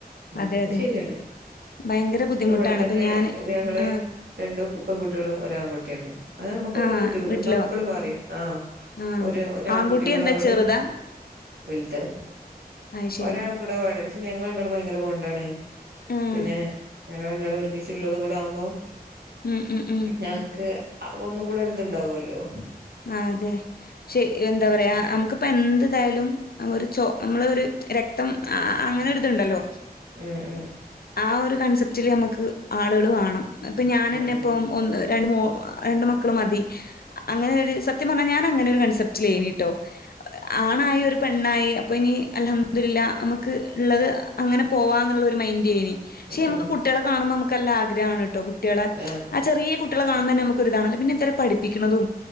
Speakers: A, on the right; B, on the left.
A: ഉ
B: അതെ
A: അത്
B: അതെ
A: ശെരിയാണ്
B: ഭയങ്കര ബുദ്ധിമുട്ടാണ്
A: ഇപ്പ ഇവിടെത്തന്നെ
B: ഇപ്പൊ ഞാന്
A: ഞങ്ങളെ
B: ആഹ്
A: രണ്ടു കു പെൺകുട്ടികളും ഒര് ആൺകുട്ടിയാണ് അത് നമ്മുക്ക്ന്നെ
B: ആഹ്
A: ബുദ്ധിമുട്ടും
B: വീട്ടിലോ
A: മ്മ എപ്പളും പറയും ആ
B: ആഹ്
A: ഒരു ഒരു ആൺകുട്ടി കൂടെ
B: എന്താ
A: വേണേ
B: ചെറുതാ
A: വിൽത്തെ
B: അയ് ശരി
A: ഒരാളും കൂടെ വേണരുന്നു പക്ഷെ ഞങ്ങള് രണ്ടാളും ഭയങ്കര പോണ്ടാണ്,
B: ഉം
A: പിന്നെ ഞങ്ങൾ രണ്ടാളും ഒരുമിച്ചുള്ളതും കൂടെ ആവുമ്പോം
B: ഉം ഉം ഉം
A: ഞങ്ങക്ക് ഒന്നും കൂടെ ഒര്ത്ണ്ടാവുല്ലോ
B: ആഹ് അതെക്ഷെ എന്താ പറയാ നമുക്കിപ്പ എന്ത്തായാലും ഒരു ചൊ നമ്മള ഒരു, രക്തം അങ്ങനൊരിതുണ്ടല്ലോ
A: ഉം ഉം
B: ആ ഒരു കൺസെപ്റ്റില് നമുക്ക് ആളുകൾ വാണം ഇപ്പം ഞാൻന്നെ
A: ഉം
B: ഇപ്പം ഒന്ന് രണ്ട് മോ രണ്ട് മക്കള് മതി അങ്ങനെ ഒരു സത്യം പറഞ്ഞാൽ ഞാൻ അങ്ങനെ ഒരു കൺസെപ്റ്റ് ലേനീട്ടോ ആണായ ഒരു പെണ്ണായി അപ്പോ ഇനി അൽഹംദിരില്ല നമുക്ക് ഉള്ളത് അങ്ങനെ പോവാ എന്നുള്ള ഒരു മൈൻഡായ്നി പക്ഷെ നമുക്ക്
A: ഉം
B: കുട്ടികളെ കാണുമ്പോൾ നമുക്ക്നല്ലാ ആഗ്രഹമാണ് കേട്ടോ കുട്ടികളെ
A: ആഹ് ഉം
B: ആ
A: ഉം
B: ചെറിയ, കുട്ടികെളെ കാണുംപ തന്നെ നമുക്കൊരുതാണല്ല പിന്നെ ഇവരെ പഠിപ്പിക്കുന്നതും